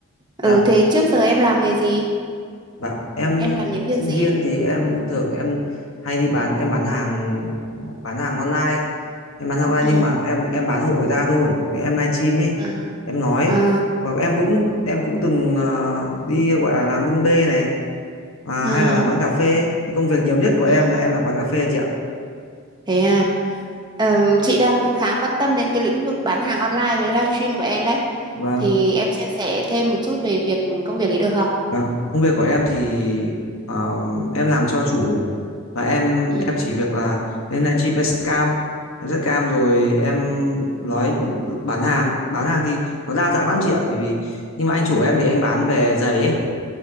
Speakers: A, on the right; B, on the left.
A: ừ
B: dạ
A: thế trước giờ em làm nghề gì
B: Bạn em
A: em làm những việc
B: sinh
A: gì
B: viên thì em thường em hay đi bán em bán hàng ờ, bán hàng online em bán hàng online
A: ừ
B: nhưng mà em em bán hộ người ta thôi Với em livestream ấy
A: à
B: em nói
A: à
B: và em cũng em cũng từng ờ, đi gọi là làm bưng bê này à,
A: ừ
B: hay là làm quán cà phê thì công việc nhiều nhất của em
A: ừ
B: là em làm quán cà phê chị ạ
A: thế à Ờm, chị đang khá quan tâm đến cái lĩnh vực bán hàng online với livestream của em đấy
B: Vâng
A: thì em chia sẻ thêm một chút về việc công việc ấy được không
B: Vâng, công việc của em thì um, em làm cho chủ và em
A: ừ
B: em chỉ việc là lên live stream em set cam em set cam rồi em nói bán hàng bán hàng thì nó đa dạng lắm chị ạ bởi vì nhưng mà anh chủ em thì anh bán về giày ấy